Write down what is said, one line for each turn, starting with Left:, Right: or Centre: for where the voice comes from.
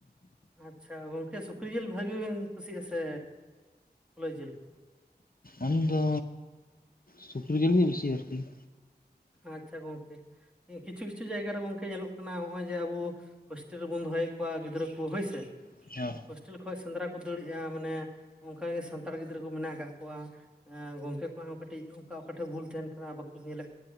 Centre: ᱟᱪᱪᱷᱟ ᱜᱚᱝᱠᱮ ᱥᱩᱠᱨᱤ ᱡᱤᱞ ᱵᱷᱟᱹᱜᱤ ᱵᱮᱱ ᱠᱩᱥᱤᱭᱟᱜᱼᱟ ᱥᱮ ᱠᱩᱞᱟᱹᱭ ᱡᱮᱞ?
Left: ᱟᱢ ᱫᱚ ᱥᱩᱠᱨᱤ ᱡᱤᱞ ᱜᱤ ᱵᱤᱥᱤ ᱟᱨᱠᱤ ᱾
Centre: ᱟᱪᱪᱷᱟ ᱜᱚᱝᱠᱮ ᱠᱤᱪᱷᱩ ᱠᱤᱪᱷᱩ ᱡᱟᱭᱜᱟ ᱨᱮ ᱜᱚᱝᱠᱮ ᱧᱮᱞᱚᱜ ᱠᱟᱱᱟ ᱱᱚᱜᱼᱚᱭ ᱡᱮ ᱟᱵᱚ ᱦᱳᱥᱴᱮᱞ ᱨᱮᱵᱚᱱ ᱫᱚᱦᱚᱭᱮᱫ ᱠᱚᱣᱟ ᱜᱤᱫᱽᱨᱟᱹ ᱠᱚ ᱦᱳᱭᱥᱮ
Left: ᱵᱟᱲᱟ
Centre: ᱦᱳᱥᱴᱮᱞ ᱠᱷᱚᱡ ᱥᱮᱸᱫᱽᱨᱟ ᱠᱚ ᱫᱟᱹᱲᱮᱜᱼᱟ ᱢᱟᱱᱮ ᱚᱝᱠᱟᱜᱮ ᱥᱟᱱᱛᱟᱲ ᱜᱤᱫᱽᱨᱟᱹ ᱠᱚ ᱢᱮᱱᱟᱜ ᱟᱠᱟᱝ ᱠᱚᱣᱟ ᱜᱚᱝᱠᱮ ᱠᱚᱣᱟᱜ ᱦᱚᱸ ᱠᱟᱹᱴᱤᱡ ᱚᱱᱠᱟ ᱚᱠᱟᱴᱷᱮᱱ ᱵᱷᱩᱞ ᱛᱟᱦᱮᱱ ᱠᱟᱱᱟ ᱵᱟᱠᱚ ᱧᱮᱞᱮᱫ